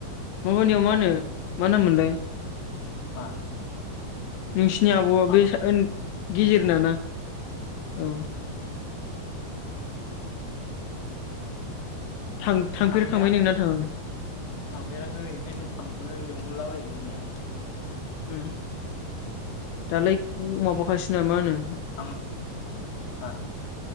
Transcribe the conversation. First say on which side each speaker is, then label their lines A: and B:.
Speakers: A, on the left; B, on the left.
A: माबनियाव मा होन मा नाम मोनलाय
B: मा
A: नोंसिनि आबौआ
B: आब
A: बे सा ओन
B: उम
A: गेजेर नाना औ थां थांफेरखांबाय
B: थाङैया
A: नोंना थाङाखै
B: थांफेराखै ओंखायनो थांनो लिंहरलाबायो बिगुमैया
A: उम दालाय माबाखायसै माहोनो
B: आङ बा